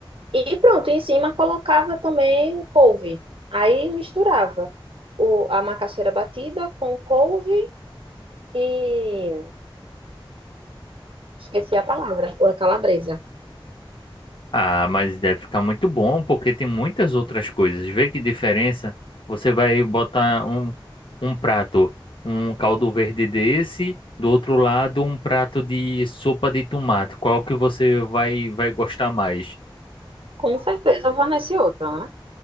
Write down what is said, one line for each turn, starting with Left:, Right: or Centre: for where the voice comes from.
Right: E pronto, em cima colocava também o couve. Aí misturava o, a macaxeira batida com o couve e esqueci a palavra, ou a calabresa.
Left: Ah, mas deve ficar muito bom, porque tem muitas outras coisas. Vê que diferença. Você vai botar um, um prato, um caldo verde desse, do outro lado um prato de sopa de tomate. Qual que você vai, vai gostar mais?
Right: Com certeza eu vou nesse outro, né?